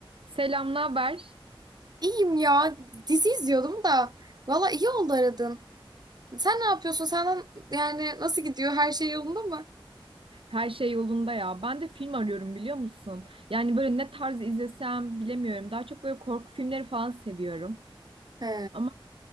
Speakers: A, on the right; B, on the right.
A: Selam, ne haber?
B: İyiyim ya. Dizi izliyordum da. Valla iyi oldu aradın. Sen ne yapıyorsun? Senden yani nasıl gidiyor? Her şey yolunda mı?
A: Her şey yolunda ya. Ben de film arıyorum biliyor musun? Yani böyle ne tarz izlesem bilemiyorum. Daha çok böyle korku filmleri falan seviyorum.
B: He.
A: Ama